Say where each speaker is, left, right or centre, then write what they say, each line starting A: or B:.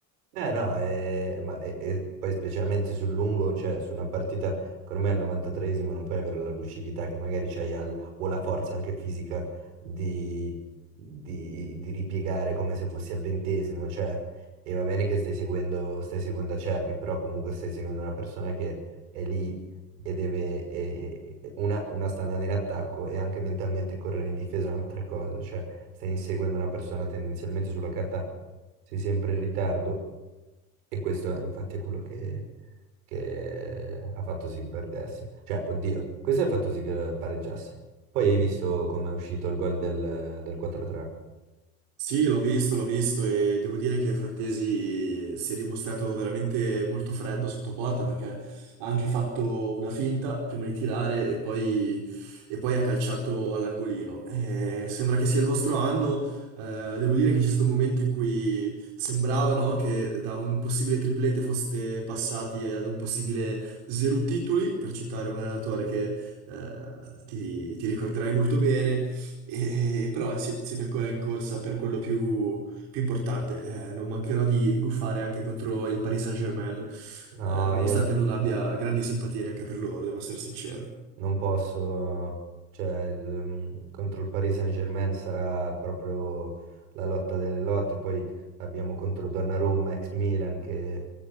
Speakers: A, on the right (about 80°); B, on the right (about 65°).
A: Eh no, e, ma- e- e poi specialmente sul lungo, cioè su una partita che ormai al 93esimo non puoi avere la lucidità che magari c'hai al- o la forza anche fisica di, di- di ripiegare come se fossi al ventesimo, cioè, e va bene che stai seguendo, stai seguendo Acerbi, però comunque stai seguendo una persona che è lì e deve, e- e- e- una, una sta andando in attacco e anche mentalmente correre in difesa è un'altra cosa, cioè stai inseguendo una persona tendenzialmente sulla carta sei sempre in ritardo e questo infatti è quello che, che ha fatto sì che perdesse. Cioè, oddio, questo ha fatto sì che pareggiasse. Poi hai visto come è uscito il gol del, del 4-3.
B: Sì, l'ho visto, l'ho visto e devo dire che Frattesi si è dimostrato veramente molto freddo sotto porta perché ha anche fatto una finta prima di tirare e poi, e poi ha calciato all'angolino. Eh, sembra che sia il vostro anno, eh, devo dire che c'è stato un momento in cui sembrava, no, che da un possibile triplete foste passati ad un possibile zero titoli, per citare un allenatore che eh, ti ti ricorderai molto bene. E- però eh, si- siete ancora in corsa per quello più, più importante. Eh, non mancherò di guffare anche contro il Paris Saint-Germain,
A: No,
B: eh, nonostante
A: io,
B: non abbia grandi simpatie neanche per loro, devo essere sincero.
A: Non posso, cioè il- mm, contro il Paris Saint-Germain sarà proprio la lotta delle lotte, poi abbiamo contro Donnarumma, ex Milan, che